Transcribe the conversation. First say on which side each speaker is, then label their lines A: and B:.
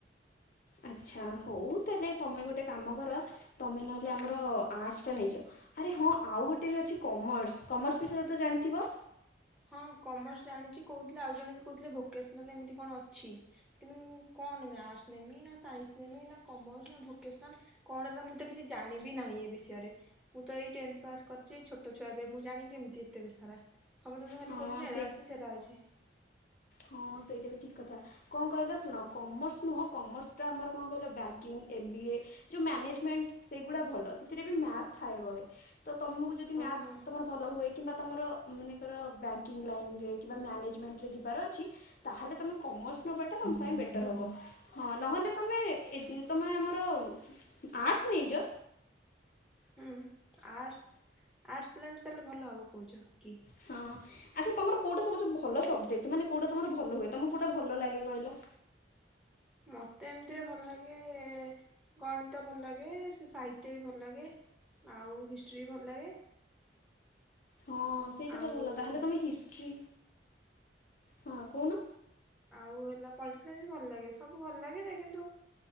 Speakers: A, on the left; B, in the centre.
A: ଆଚ୍ଛା ହଉ ତାହେଲେ ତମେ ଗୋଟେ କାମ କର ତମେ ନହେଲେ ଆମର ଆର୍ଟସ ଟା ନେଇଯାଅ ଆରେ ହଁ ଆଉ ଗୋଟେ ବି ଅଛି କମର୍ସ କମର୍ସ ବିଷୟରେ ତ ଜାଣିଥିବ।
B: ହଁ କମର୍ସ ଜାଣିଛି କହୁଥିଲେ ଆଉ ଜଣେ ବି କହୁଥିଲେ ଭୋକେସନାଲ ଏମିତି କଣ ଅଛି କିନ୍ତୁ ମୁଁ କଣ ନେମି ନା ସାଇନ୍ସ ନେମି ନା କମର୍ସ ନା ଭୋକେସନାଲ କଣହେଲା ମୁଁ ତ କିଛି ଜାଣିବି ନାହିଁ ଏ ବିଷୟରେ ମୁଁ ତ ଏଇ ଟେଂଥ ପାସ୍ କରିଛି ଏଇ ଛୋଟ ଛୁଆ ଏବେ ମୁଁ ଜାଣିକି କେମିତି ଏତେ ସାରା। ଆମେ ତମେ ଖାଲି
A: ହଁ
B: କହୁଛୁ ଏଇରା
A: ସେଇଟା
B: ଅଛି ସେଇରା ଅଛି।
A: ହଁ ସେଇଟା ବି ଠିକ୍ କଥା କଣ କହିଲ ଶୁଣ କମର୍ସ ନୁହଁ କମର୍ସଟା ଆମର କଣ କହିଲ ବ୍ୟାଙ୍କିଙ୍ଗ ଏମ୍ ବି ଏ ଯୋଉ ମ୍ୟାନେଜମେଣ୍ଟ ସେଇଗୁଡ଼ା ଭଲ ସେଥିରେ ବି ମ୍ୟାଥ୍ ଥାଏ ବହେ ତ ତମକୁ ଯଦି ମ୍ୟାଥ
B: ଓହୋ
A: ତମର ଭଲ ହୁଏ। କିମ୍ବା ତମର ମନେକର ବ୍ୟାଙ୍କିଙ୍ଗ ଲାଇନ ରେ କିମ୍ବା ମ୍ୟାନେଜମେଣ୍ଟ ରେ ଯିବାର ଅଛି ତାହଲେ ତମେ କମର୍ସ ନବାଟା ତମ ପାଇଁ ବେଟର ହବ ହଁ ନହେଲେ ତମେ ଏ ତମେ ଆମର ଆର୍ଟ୍ସ ନେଇଯାଅ।
B: ହୁଁ ଆର୍ଟସ୍ ଆର୍ଟସ ତାହେଲେ ଭଲ ହବ କହୁଛ କି
A: ହଁ ଆଚ୍ଛା ତମର କୋଉଟା ସବୁ ଭଲ ସବଜେକ୍ଟ ମାନେ କୋଉଟା ତମର ଭଲ ହୁଏ ତମକୁ କୋଉଟା ଭଲ ଲାଗେ କହିଲ।
B: ମତେ ଏମିତିରେ ଭଲ ଲାଗେ ଗଣିତ ଭଲ ଲାଗେ ସେ ସାହିତ୍ୟ ବି ଭଲ ଲାଗେ ଆଉ ହିଷ୍ଟ୍ରି ବି ଭଲ ଲାଗେ।
A: ହଁ ସେଇଟା
B: ଆଉ
A: ତ ଭଲ ତାହେଲେ ତମେ ହିଷ୍ଟି ହଁ କହୁନ?
B: ଆଉ ହେଲା ପଲିଟିକାଲ ସାଇନ୍ସ ଭଲ ଲାଗେ ସବୁ ଭଲ ଲାଗେ ଯେ କିନ୍ତୁ